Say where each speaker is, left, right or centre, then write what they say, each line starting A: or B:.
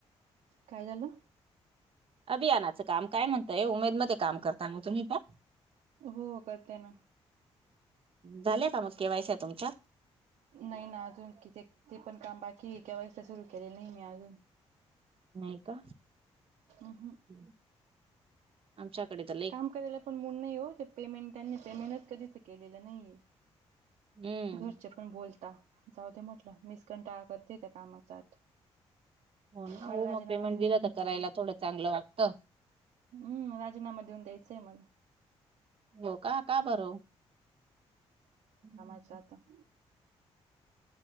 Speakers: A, on the right (about 75°); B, on the right (about 50°).
A: काय झालं?
B: अभियानाचं काम काय म्हणतंय, उमेदमध्ये काम करता मग तुम्ही पण?
A: हो, करते ना.
B: झाल्या का मग केवायस्या तुमच्या?
A: नाही ना, अजून कित्येक ते पण काम बाकी आहे, केवायसी सुरू केलेली नाही मी अजून.
B: नाही का?
A: अहं.
B: हं आमच्याकडे त
A: काम करायला पण मूड नाही हो, ते पेमेंट त्यांनी पेमेंटच कधी तर केलेलं नाहीये.
B: हम्म
A: घरचेपण बोलता जाऊ दे म्हटलं, मीच कंटाळा करते त्या कामाचा आता.
B: हो ना, हो
A: मला राजीनामा
B: मग पेमेंट दिलं तर करायला थोडं चांगलं वाटतं.
A: हं राजीनामा देऊन द्यायचंय मला
B: हो का? का बरं वो, हं?
A: बस आता